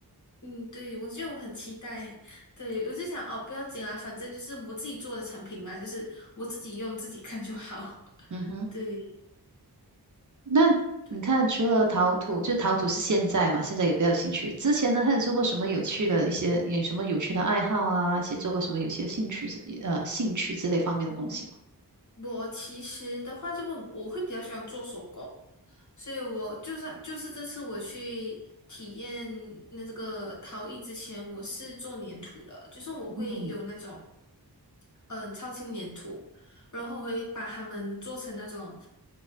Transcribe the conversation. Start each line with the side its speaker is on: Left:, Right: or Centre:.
Left: 嗯，对，我就很期待。对，我就想哦，不要紧啊，反正就是我自己做的产品嘛，就是我自己用自己看就好。<laughs>
Right: 嗯哼。
Left: 对
Right: 那你看，
Left: 对，
Right: 除了陶土，
Left: 嗯
Right: 就陶土是现在嘛，现在也比较有兴趣。之前呢，还有做过什么有趣的一些，有什么有趣的爱好啊？一些做过什么有些兴趣之，呃，兴趣之类方面的东西吗？
Left: 嗯。我其实的话，就会我会比较喜欢做手工，所以我就算就是这次我去体验那这个陶艺之前，我是做粘土的，就是我会有那种
Right: 嗯
Left: 嗯超轻粘土，然后我会把它们做成那种